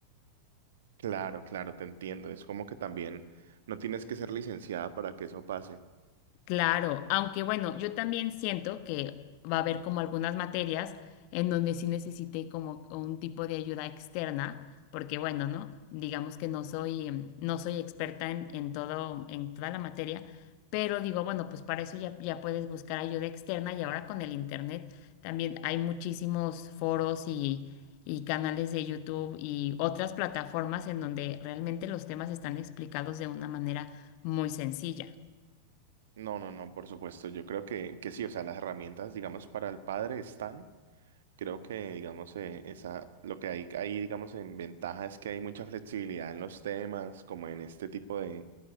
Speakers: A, on the right; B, on the left.
A: Claro, claro, te entiendo. Es como que también no tienes que ser licenciada para que eso pase.
B: Claro, aunque bueno, yo también siento que va a haber como algunas materias en donde sí necesité como un tipo de ayuda externa, porque bueno, ¿no? Digamos que no soy, em, no soy experta en, en todo, en toda la materia, pero digo, bueno, pues para eso ya, ya puedes buscar ayuda externa y ahora con el internet también hay muchísimos foros y, y canales de YouTube y otras plataformas en donde realmente los temas están explicados de una manera muy sencilla.
A: No, no, no, por supuesto. Yo creo que, que sí, o sea, las herramientas, digamos, para el padre están. Creo que, digamos, eh, esa, lo que hay ahí, digamos, en ventaja es que hay mucha flexibilidad en los temas, como en este tipo de,